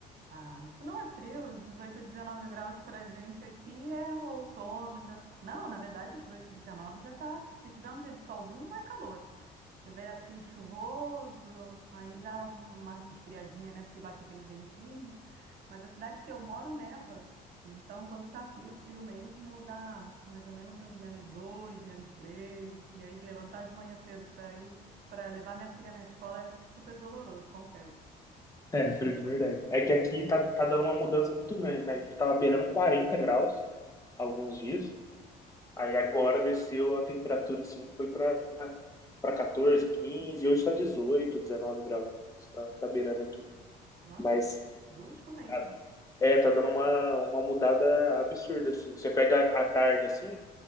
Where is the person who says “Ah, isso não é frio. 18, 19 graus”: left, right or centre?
Right